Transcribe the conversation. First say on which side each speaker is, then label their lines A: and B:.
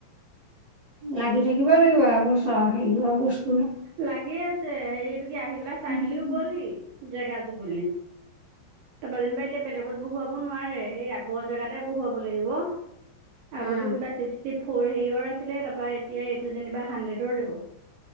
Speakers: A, on the right; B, on the right.
A: লাগি থাকিব লাগিব এবোৰ <unintelligible> চ হেৰি বস্তু।
B: লাগি আছে, হেৰি তি আহি পেলাই চাই
A: উম,
B: মেলিও
A: উম,
B: গলহি, জেগা যোগলি। তাৰপৰা যেনিবা এতিয়া বেলেগত বহুৱাব নোৱাৰে, সে আগৰ জেগাতে বহুৱাব লাগিব।
A: উম,
B: আগতো কিবা ছিক্সি ফৰ হে আছে ত' <unintelligible> এতিয়া এইটো যেনিবা হাড্ৰেডৰ দিব।